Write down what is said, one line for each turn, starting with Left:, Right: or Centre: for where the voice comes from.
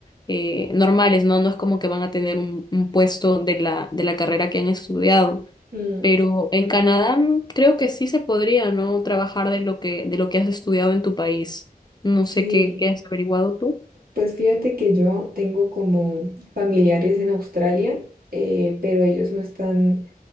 Left: eh, normales, ¿no? No es como que van a tener un, un puesto de la, de la carrera que han estudiado.
Right: Mm,
Left: Pero en Canadá mm, creo que sí se podría, ¿no? Trabajar de lo que, de lo que has estudiado en tu país. No
Right: sí,
Left: sé qué, qué has averiguado tú.
Right: pues fíjate que yo tengo como familiares en Australia, eh, pero ellos no están